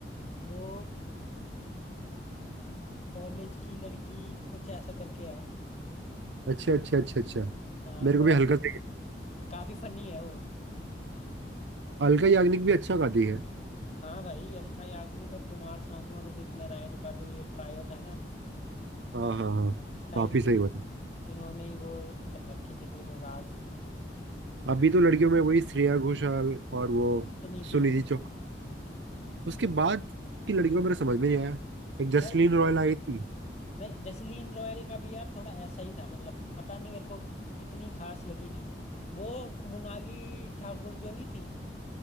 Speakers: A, on the left; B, on the right.
A: वो कॉलेज की लड़की कुछ ऐसा करके है
B: अच्छा अच्छा अच्छा अच्छा
A: हाँ
B: मेरे
A: मतलब
B: को भी हल्का सही
A: काफी फनी है वो
B: अलका याग्निक भी अच्छा गाती है
A: हाँ भाई अलका याग्निक और कुमार सानू और उदित नारायण का जो ये ट्रायो था ना
B: हाँ हाँ हाँ
A: उस टाइम
B: काफी सही
A: पे
B: बात है
A: इन्होंने ही वो कर रखी थी पूरा राज
B: अभी तो लड़कियों में वही श्रेया घोषाल और वो
A: सुनिधि
B: सुनिधि चौहान उसके बाद की लड़कियों को मेरा समझ में नहीं आया एक जसलीन
A: यार
B: रॉयल आई थी
A: नहीं जसलीन रॉयल का भी यार थोड़ा ऐसा ही था मतलब पता नहीं मेरे को इतनी खास लगी नहीं वो मोनाली ठाकुर जो नहीं थी